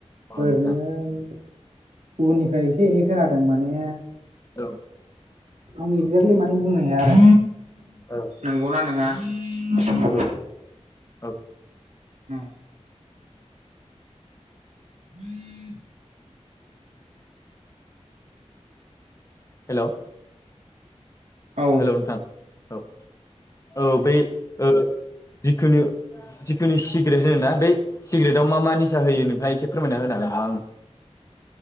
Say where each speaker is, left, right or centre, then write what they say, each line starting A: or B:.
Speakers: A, on the left (about 30°); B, on the right (about 85°).
A: अ
B: ओरैनोै
A: नोंथां
B: गुबुननिफ्राय एसे एनै खोनादों माने।
A: औ।
B: आं एक्जेक्टलि माने बुंनो हाया आरो
A: औ
B: नंगौना नङा। बेखौ
A: औ औ।
B: ओम। हम
A: हेलौ।
B: औ
A: हेल' नोंथां औ औ बै ओ जिखुनु। जिखुननि सिग्रेट होन ना बे सिग्रेआव मा मा निसा होयो नोंथाङा एसे फोरमायना होनो हागोन नामा।